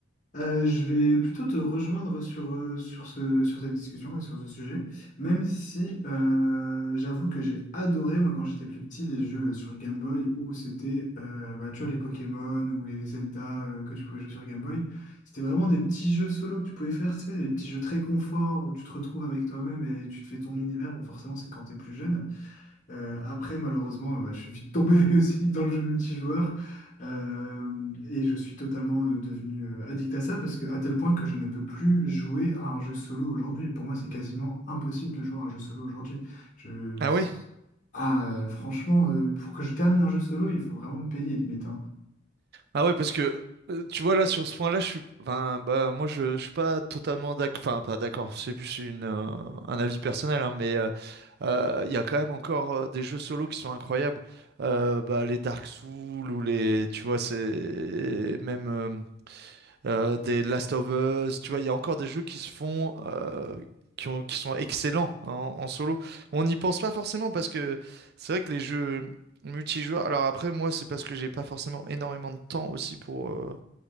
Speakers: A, on the left; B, on the right.
A: Euh, je vais plutôt te rejoindre sur, euh, sur ce, sur cette discussion et sur ce sujet, même si euh, j'avoue que j'ai adoré, moi, quand j'étais plus petit, les jeux sur Game Boy où c'était, euh, bah, tu vois, les Pokémon ou les Zelda euh, que tu pouvais jouer sur Game Boy. C'était vraiment des petits jeux solo que tu pouvais faire, tu sais, des petits jeux très confort où tu te retrouves avec toi-même et, et tu te fais ton univers. Bon, forcément, c'est quand t'es plus jeune. Euh, après, malheureusement, euh, bah, je suis vite tombé <laughs> aussi dans le jeu multijoueur. Euh, et je suis totalement euh, devenu euh, addict à ça parce que à tel point que je ne peux plus jouer à un jeu solo aujourd'hui. Pour moi, c'est quasiment impossible de jouer à un jeu solo aujourd'hui. Je...
B: Ah ouais?
A: Ah, euh, franchement, euh, pour que je termine un jeu solo, il faut vraiment me payer limite.
B: Ah ouais, parce que euh, tu vois là sur ce point-là, je suis, enfin, bah moi je, je suis pas totalement d'accord, enfin pas d'accord. C'est plus une, euh, un avis personnel, hein, mais euh, euh, il y a quand même encore euh, des jeux solo qui sont incroyables. Euh, bah, les Dark Souls ou les, tu vois, c'est même euh, euh, des Last of Us, tu vois, il y a encore des jeux qui se font, euh, qui ont, qui sont excellents hein, en, en solo. On n'y pense pas forcément parce que c'est vrai que les jeux multijoueurs. Alors après, moi, c'est parce que j'ai pas forcément énormément de temps aussi pour euh,